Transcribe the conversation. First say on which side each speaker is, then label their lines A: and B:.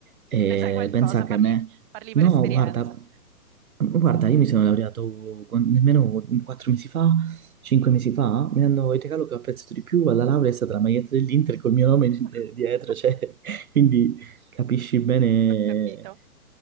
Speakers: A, on the right; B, on the right.
A: E
B: Ne sai qualcosa,
A: pensa
B: parli,
A: che a me...
B: parli per
A: No,
B: esperienza.
A: guarda, guarda, io mi sono laureato con- nemmeno 4 mesi fa, 5 mesi fa, mi hanno il regalo che ho apprezzato di più alla laurea è stata la maglietta dell'Inter col mio
B: <laughs>
A: nome eh, dietro, cioè, <laughs> quindi capisci bene,
B: Ho capito.